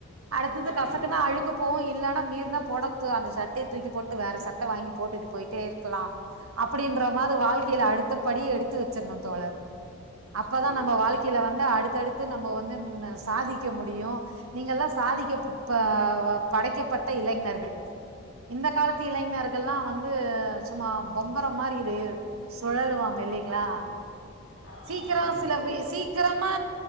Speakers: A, on the right; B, on the left.
A: அடுத்தது கசக்கனா
B: ம்
A: அழுக்கு போ இல்லன்னா மீற்னா போடத்து அந்த சட்டய தூக்கி போட்டு வேற சட்ட வாங்கி போட்டுட்டு போயிட்டே இருக்கலா அப்டின்ற மாரி வாழ்க்கையில அடுத்தபடி எடுத்து வச்சர்னு தோழர் அப்பதா
B: ஓ
A: நம்ம வாழ் க்கையில வந்து அடுத்தடுத்து நம்ம வந்து சாதிக்க முடியு நீங்கல்லா சாதிக்க ப படைக்கப்பட்ட இளைஞர்கள் இந்த காலத்து இளைஞர் கள்ல்லா வந்து சும்மா பொம்பரோ மாரி சுழலுவாங்க இல்லைங்களா
B: ஆ
A: சீக்கரோ
B: பம்பரம்
A: சில பே சீ க்கரமா